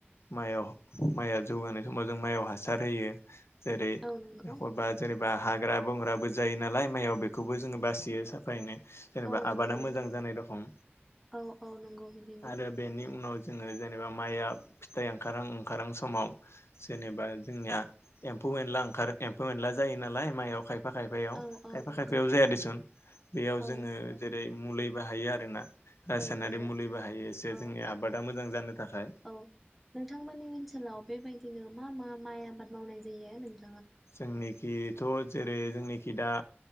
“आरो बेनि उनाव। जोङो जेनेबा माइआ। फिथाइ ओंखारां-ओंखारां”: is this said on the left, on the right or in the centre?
Left